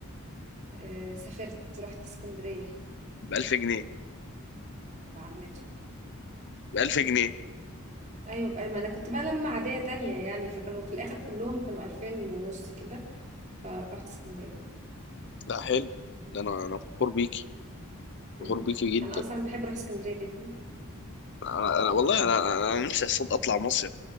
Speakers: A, on the right; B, on the left.
A: آه سافرت رحت اسكندرية
B: ب 1000 جنيه
A: اه لعمته
B: ب 1000 جنيه
A: ايوه بقى ما انا كنت بقى لما عادية تانية يعني فكانوا في الاخر كلهم كانوا 2000 ونص كده فرحت اسكندرية
B: لا حلو ده أنا أنا فخور بيكي
A: مم.
B: فخور بيكي جدا
A: انا اصلا بحب اروح اسكندرية جدا
B: أنا, أنا والله
A: ف
B: أنا أنا أنا نفسي أصلا أطلع مصيف